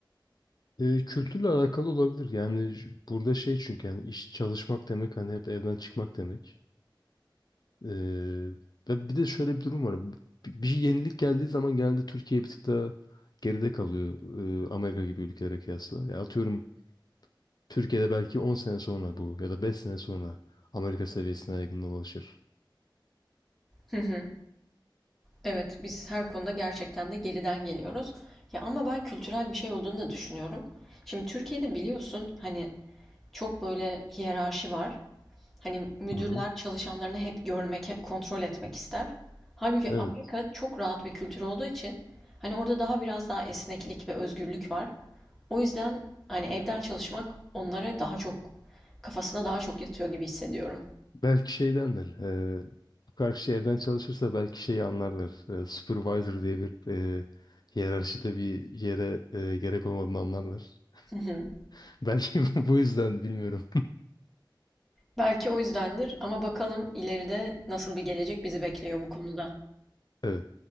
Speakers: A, on the left; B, in the centre.
A: E, kültürle alakalı olabilir. Yani j- burada şey çünkü yani iş çalışmak demek hani hep evden çıkmak demek. Ee, ve bir de şöyle bir durum var. Bir, bir yenilik geldiği zaman genelde Türkiye bir tık daha geride kalıyor e, Amerika gibi ülkelere kıyasla. Ya atıyorum Türkiye'de belki 10 sene sonra bu ya da 5 sene sonra Amerika seviyesine yakında ulaşır.
B: Hı hı. Evet, biz her konuda gerçekten de geriden geliyoruz. Ya ama ben kültürel bir şey olduğunu da düşünüyorum. Şimdi Türkiye'de biliyorsun hani çok böyle hiyerarşi var. Hani müdürler
A: Hı hı.
B: çalışanlarını hep görmek, hep kontrol etmek ister. Halbuki
A: Evet.
B: Amerika çok rahat bir kültür olduğu için hani orada daha biraz daha esneklik ve özgürlük var. O yüzden hani evden çalışmak onlara daha çok kafasına daha çok yatıyor gibi hissediyorum.
A: Belki şeydendir. E, bu karşı evden çalışırsa belki şeyi anlarlar. E, supervisor diye bir e, hiyerarşide bir yere e, gerek olmadığını anlarlar.
B: Hı hı.
A: <laughs> Belki bu bu yüzden bilmiyorum.
B: Belki o yüzdendir ama bakalım ileride nasıl bir gelecek bizi bekliyor bu konuda.
A: <laughs> Evet.